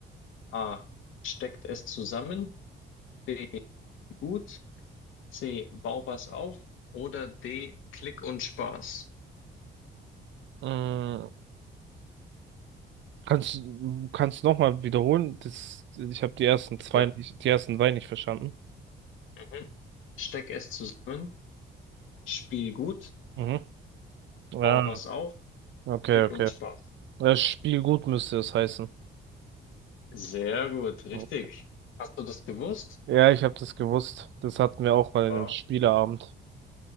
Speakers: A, on the left; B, on the right.
A: A. Steckt es zusammen? B. Gut. C. Bau was auf. Oder D. Klick und Spaß.
B: Mm, Kannst du kannst noch mal wiederholen? Das, ich habe die ersten zwei
A: Klar.
B: nicht, die ersten zwei nicht verstanden.
A: Mhm. Steck es zusammen. Spiel gut.
B: Mhm. Ja,
A: Bau was auf.
B: okay,
A: Klick
B: okay.
A: und Spaß.
B: Das Spiel gut müsste es heißen.
A: Sehr gut. Richtig.
B: Okay.
A: Hast du das gewusst?
B: Ja, ich habe das gewusst. Das hatten wir auch mal
A: Wow.
B: in einem Spieleabend.